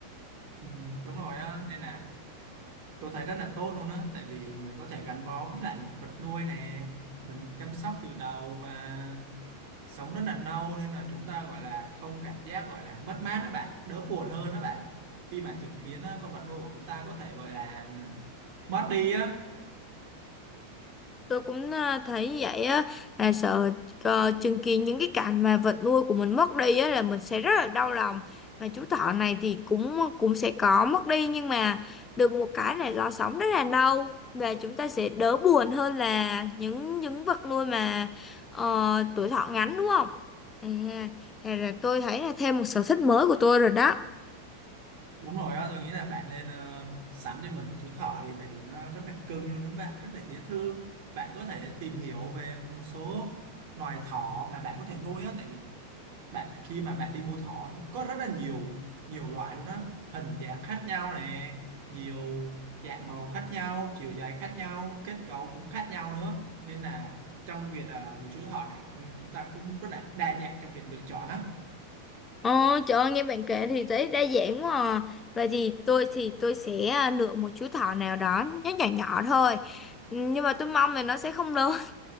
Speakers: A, on the right; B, on the left.
A: Ừ, đúng rồi á, nên là tôi thấy rất là tốt luôn á, tại vì mình có thể gắn bó với lại một vật nuôi nè, mình chăm sóc từ đầu và sống rất là lâu nên là chúng ta gọi là không cảm giác gọi là mất mát đó bạn đỡ buồn hơn đó bạn khi mà chứng kiến ờ, con vật nuôi của chúng ta có thể gọi là mất đi á
B: tôi cũng à, thấy vậy á là sợ ờ, chứng kiến những cái cảnh mà vật nuôi của mình mất đi á là mình sẽ rất là đau lòng mà chú thỏ này thì cũng cũng sẽ có mất đi nhưng mà được một cái là nó sống rất là lâu và chúng ta sẽ đỡ buồn hơn là những những vật nuôi mà ờ, tuổi thọ ngắn đúng không à, hay là tôi thấy là thêm một sở thích mới của tôi rồi đó
A: đúng rồi á tôi nghĩ là bạn nên ờ, sắm cho mình một chú thỏ đi tại vì nó rất là cưng luôn đó bạn rất là dễ thương bạn có thể tìm hiểu về một số loài thỏ mà bạn có thể nuôi á tại vì bạn khi mà bạn đi mua thỏ nó có rất là nhiều nhiều loại luôn á hình dáng khác nhau nè nhiều dạng màu khác nhau chiều dài khác nhau kết cấu cũng khác nhau nữa nên là trong việc ờ, những chú thỏ này cũng- chúng ta cũng rất là đa dạng trong việc lựa chọn á
B: Ờ, trời ơi, nghe bạn kể thì thấy đa dạng quá à. Vậy thì tôi thì tôi sẽ à, lựa một chú thỏ nào đó nó nhỏ nhỏ thôi. Ừ, Nhưng mà tôi mong là nó sẽ không lớn